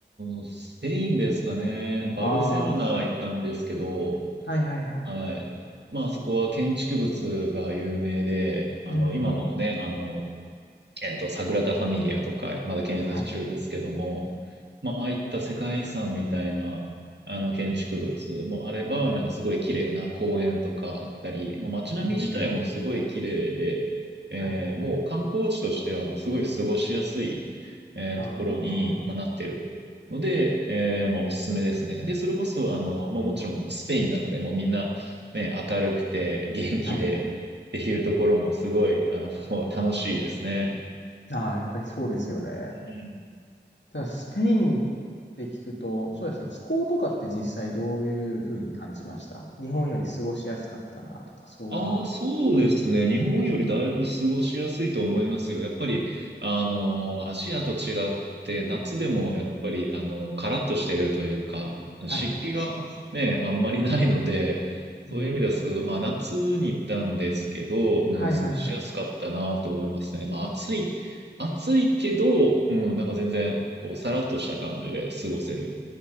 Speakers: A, on the right; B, on the left.
A: うん、スペインですかね。バルセロナ行ったんですけど、
B: ああー、はいはいはい。
A: はい。まあそこは建築物が有名で、あの、
B: うん。
A: 今もね、あの、えっと、サグラダ・ファミリアとか、まだ建設中ですけども、
B: はい。
A: まあ、ああいった世界遺産みたいな、あの、建築物もあれば、なんかすごい綺麗な公園とかあったり、まあ、街並み自体もすごい綺麗で、
B: うーん。
A: えーもう観光地としてはもうすごい過ごしやすい、
B: はいはい。
A: えーところに、
B: ああ、は
A: まあ、なってるので、えーまあ、おすすめですね。で、それこそ、あの、まあ、もちろんスペインなので、もうみんな、ね、明るくて元気でっていうところもすごい、
B: いはい。
A: あの、楽しいですね。
B: ああ、やっぱりそうですよね。
A: うん
B: ただ、スペインって聞くと、そうですね、気候とかって実際どういうふうに感じました日本より過ごしやすかったなとか、そういうのって。
A: ああ、そうですね。日本よりだいぶ過ごしやすいと思いますよ。やっぱり、あの、アジアと違って、夏でもやっぱり、あの、カラッとしてるというか、
B: はい、
A: 湿気がね、
B: そうですね。
A: あんまりないので、そういう意味です。
B: うん。
A: まあ、夏に行ったんですけど、うん、
B: はいはいはい。
A: 過ごしやすかったなと思いますね。まあ、暑い、暑いけど、うん、なんか全然、こう、さらっとした感じで過ごせる。